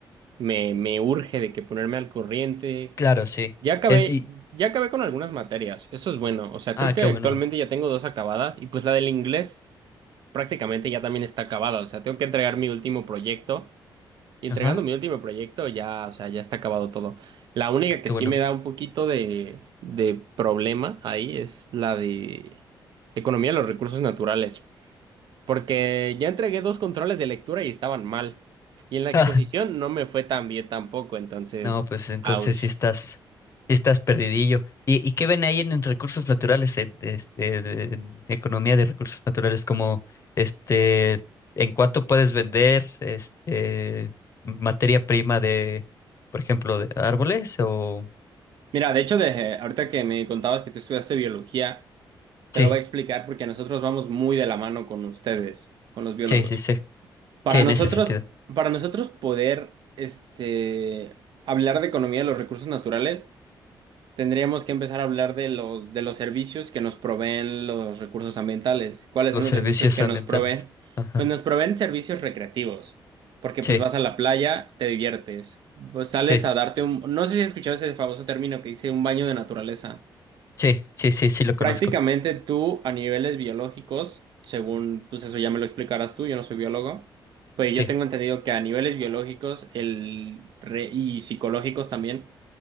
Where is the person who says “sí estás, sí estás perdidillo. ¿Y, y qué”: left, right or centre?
Left